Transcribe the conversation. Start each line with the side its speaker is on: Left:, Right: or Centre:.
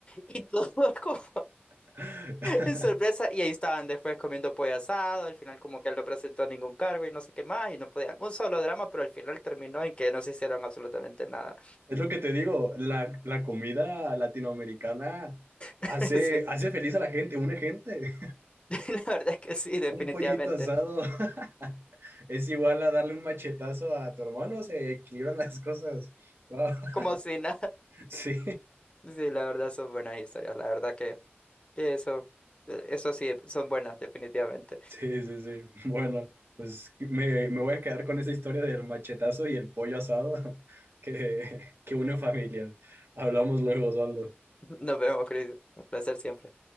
Left: Y todos <laughs> como
Right: <laughs>
Left: en sorpresa, y ahí estaban después comiendo pollo asado, al final como que él no presentó ningún cargo y no sé qué más, y no podían, un solo drama, pero al final terminó en que no se hicieron absolutamente nada.
Right: Es lo que te digo, la, la comida latinoamericana
Left: <laughs>
Right: hace,
Left: Sí,
Right: hace feliz a la gente, une gente.
Left: <laughs> la verdad es que sí, definitivamente,
Right: Un pollito asado <laughs> es igual a darle un machetazo a tu hermano, se equilibran las cosas. Wow. <laughs>
Left: como si nada.
Right: Sí,
Left: Sí, la verdad son buenas historias, la verdad que, que eso, eh, eso sí, son buenas, definitivamente.
Right: sí, sí, sí. Bueno, pues me, me voy a quedar con esa historia del machetazo y el pollo asado <laughs> que, que une familias. Hablamos luego, Osvaldo.
Left: <laughs> Nos vemos, Chris, un placer siempre.